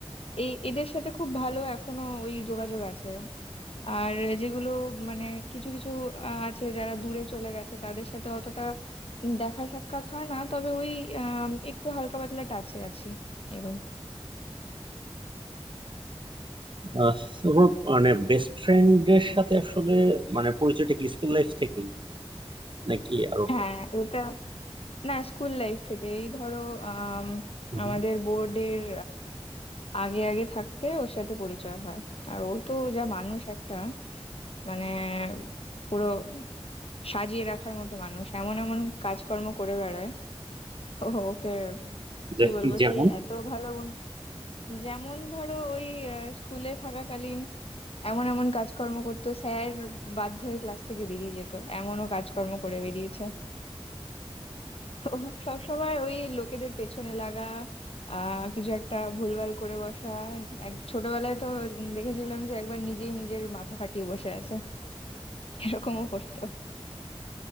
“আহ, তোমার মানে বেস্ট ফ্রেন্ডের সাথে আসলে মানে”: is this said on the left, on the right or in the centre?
Right